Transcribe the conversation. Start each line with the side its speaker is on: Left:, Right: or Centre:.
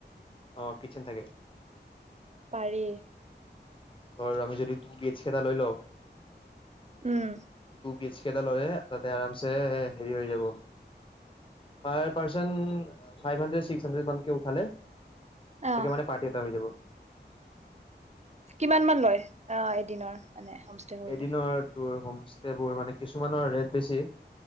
Left: অ কিটচেন থাকে
Right: পাৰি
Left: ধৰ আমি যদি তু বেজ কেতা লৈ লও
Right: উম
Left: বীজ কেইটা লৈ অ তাতে আৰাম চে হেৰি হৈ যাব পাৰ person five hundred six hundred মানকে উঠালে তেনেকে
Right: অ
Left: মানে পাৰঠি এটা হৈ যাব।
Right: কিমান মান লয়, অ' এদিনৰ? মানে হোমষ্টে কৰিলে?
Left: এদিনৰ তোৰ বোৰ মানে কিছুমানৰ ৰেট বেছি